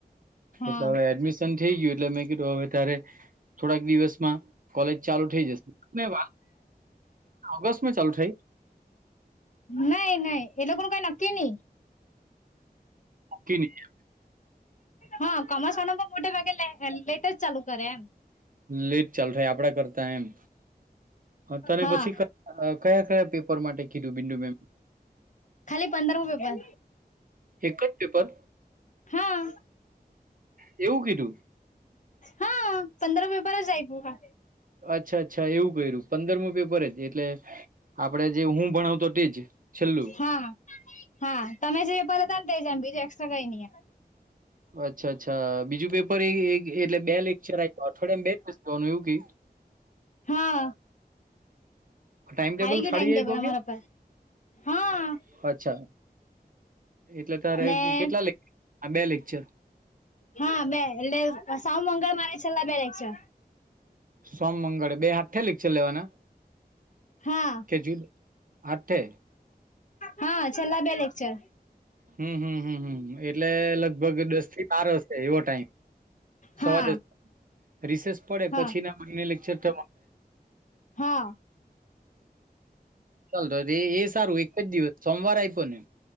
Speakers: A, on the left (about 50°); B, on the right (about 55°).
A: હા
B: એટલે હ એડમિશન. થઈ ગયું એટલે મેં કીધું હવે ત્યારે થોડાક દિવસ. કોલેજ ચાલુ થઈ જશે ઓગસ્ટમાં ચાલુ થઈ.
A: નઈ નઈ એ લોકો ન કઈ નક્કી નહી.
B: ક ન <unintelligible>
A: હા કમસનપ મોટે ભાગે લટસ્ટ ચાલુ કરે એમ.
B: લેટ ચાલ થ આપડા કરતા એમ તને
A: હા
B: પછી. કયા કયા પેપર માટે કીધું બિંદુ મેમ.
A: ખાલી પંદરમ પેપર.
B: એક જ પેપર
A: હા
B: એવું કીધું
A: હા પંદર બર જાય બુ હા.
B: અચ્છા અચ્છા એવું કર્યું પંદરમું પેપર જ એટલે આપડે જે હું ભણાવતો તેજ. છેેલ્લું.
A: હા હા તમે જે વેપાર હતા ને. એકક્સ કાય નં.
B: અચ્છા અચ્છા બીજું પેપર એટલે બે લેક્ચર અઠવાડિયામ બે જનું એવું ક. <inaudible>
A: હા.
B: ટાઈમ ટેબલ
A: આવી ગયું
B: ફાડી
A: ટાઈમ ટેબલ
B: જઈ
A: અમારા પર હા
B: કે અચ્છા. એટલે તારે
A: ને
B: એ કે કેટલા લેર બે લેક્ચર.
A: હા બે એટલે સાવ મંગળ વારે છેલ્લા બે લેકચર.
B: સોમ મંગળ બે હાથ થયેલીક છે. લેવાના?
A: હા
B: કે જુદ હાથે
A: હા.
B: હમ હમ હમ હ એટલે લગભગ દસ થી બાર હશે એવો ટાઈમ. સવારે.
A: હા
B: રિસેસ પડે
A: હા
B: પછી ના મને લેક્ચર થ.
A: હા
B: ચાલતો એ સારું એક જ દિવસ સોમવાર આપ્યો ને.